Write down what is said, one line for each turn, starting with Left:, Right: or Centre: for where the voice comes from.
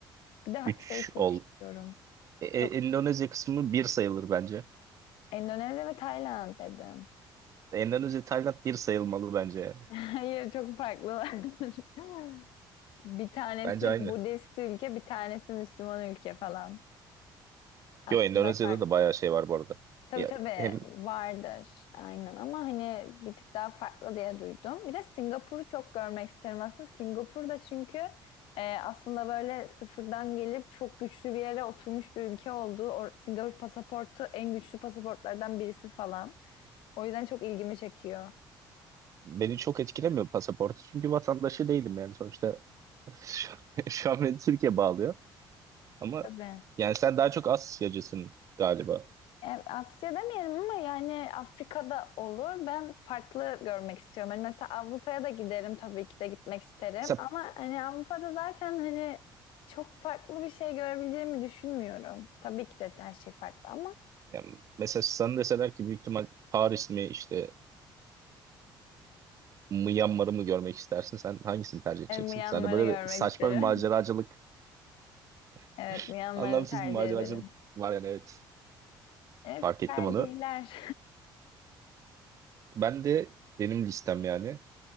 Left: Bir de
Right: Üç
Left: şey çok
Right: ol.
Left: istiyorum.
Right: E, e,
Left: Yok.
Right: Endonezya kısmı bir sayılır bence.
Left: Endonezya ve Tayland dedim.
Right: Endonezya, Tayland bir sayılmalı bence yani.
Left: <laughs> Hayır çok farklılar. <laughs> Bir tanesi
Right: Bence aynı.
Left: Budist ülke, bir tanesi Müslüman ülke falan. Aslında
Right: Yo Endonezya'da
Left: farklı.
Right: da bayağı şey var bu arada.
Left: Tabii
Right: Ya,
Left: tabii
Right: hem
Left: vardır aynen ama hani bir tık daha farklı diye duydum. Bir de Singapur'u çok görmek isterim aslında. Singapur'da çünkü e, aslında böyle sıfırdan gelip çok güçlü bir yere oturmuş bir ülke olduğu. O, Singapur pasaportu en güçlü pasaportlardan birisi falan. O yüzden çok ilgimi çekiyor.
Right: beni çok etkilemiyor pasaportu çünkü vatandaşı değilim yani sonuçta <laughs> şu, şu an beni Türkiye bağlıyor ama
Left: Tabii.
Right: yani sen daha çok Asyacısın galiba.
Left: E, Asya demeyelim ama yani Afrika'da olur. Ben farklı görmek istiyorum. Hani mesela Avrupa'ya da giderim tabii ki de gitmek isterim.
Right: Mesela,
Left: Ama hani Avrupa'da zaten hani çok farklı bir şey görebileceğimi düşünmüyorum. Tabii ki de her şey farklı ama
Right: yani mesela sana deseler ki büyük ihtimal Paris mi işte Myanmar'ı mı görmek istersin sen hangisini tercih edeceksin?
Left: yani Myanmar'ı
Right: Sen de böyle
Left: görmek
Right: bir saçma
Left: isterim.
Right: bir maceracılık
Left: <laughs>
Right: <laughs>
Left: Evet, Myanmar'ı
Right: anlamsız
Left: tercih
Right: bir maceracılık
Left: ederim.
Right: var yani evet
Left: Evet,
Right: fark ettim
Left: tercihler.
Right: onu. Ben de benim listem yani